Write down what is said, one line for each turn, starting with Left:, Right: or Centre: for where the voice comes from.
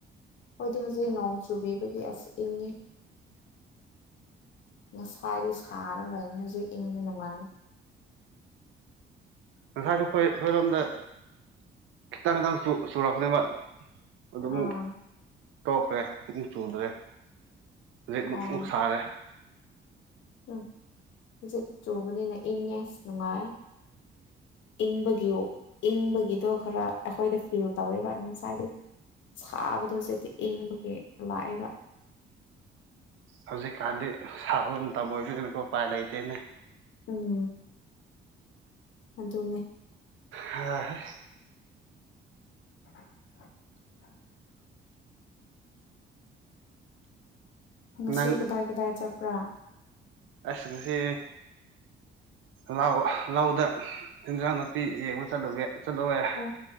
Left: ꯍꯣꯏꯗꯤ ꯍꯧꯖꯤꯛ ꯅꯣꯡ ꯆꯨꯕꯤꯕꯒꯤ ꯑꯁ ꯏꯪꯉ ꯅ ꯁꯥꯏꯔꯤ ꯁꯔ ꯂꯥꯏꯅꯁꯨꯦ ꯏꯪꯕ ꯅꯨꯡꯉꯥꯏ
Right: ꯉꯁꯥꯏꯁꯨꯈꯣꯏ ꯑꯩꯈꯣꯏꯔꯣꯝꯗ ꯈꯤꯇꯪ ꯈꯤꯇꯥꯡ ꯆ ꯆꯣꯔꯥꯈꯅꯦꯕ ꯑꯗꯨ ꯑꯃꯨꯛ
Left: ꯑꯥ
Right: ꯇꯣꯛꯈ꯭ꯔꯦ ꯑꯃꯨꯛ ꯆꯨꯗ꯭ꯔꯦ ꯍꯧꯖꯤꯛ ꯑꯃꯨꯛ
Left: ꯑꯣ
Right: ꯑꯃꯨꯛ ꯁꯥꯔꯦ
Left: ꯎꯝ ꯍꯧꯖꯤꯛ ꯆꯨꯕꯅꯤꯅ ꯏꯪꯉꯦ ꯑꯁ ꯅꯨꯡꯉꯥꯏ ꯏꯪꯕꯒꯤ ꯏꯪꯕꯒꯤꯗꯣ ꯈꯔꯥ ꯑꯩꯈꯣꯏꯗ ꯐꯤꯜ ꯇꯧꯔꯤꯕ ꯉꯁꯥꯏꯗꯤ ꯁꯥꯕꯗꯣ ꯍꯧꯖꯤꯛꯇꯤ ꯏꯪꯕꯒꯤ ꯅꯨꯉꯥꯏ
Right: ꯍꯧꯖꯤꯛꯀꯥꯟꯗꯤ ꯁꯥꯕ ꯃꯇꯝ ꯑꯣꯏꯕꯅꯤꯅꯀꯣ ꯎꯄꯥꯏ ꯂꯩꯇꯦꯅꯦ
Left: ꯎꯝ ꯑꯗꯨꯅꯦ
Right: ꯍꯥ
Left: <unintelligible> ꯉꯁꯤ
Right: ꯅꯪ
Left: ꯀꯗꯥꯏ ꯀꯗꯥꯏ ꯆꯠꯄ꯭ꯔꯥ
Right: ꯑꯁ ꯉꯥꯁꯤ ꯂꯧ ꯂꯧꯗ ꯏꯟꯖꯥꯡ ꯅꯥꯄꯤ ꯌꯦꯡꯕ ꯆꯠꯂꯨꯒꯦ ꯆꯠꯂꯨꯏꯌꯦ
Left: ꯑꯣ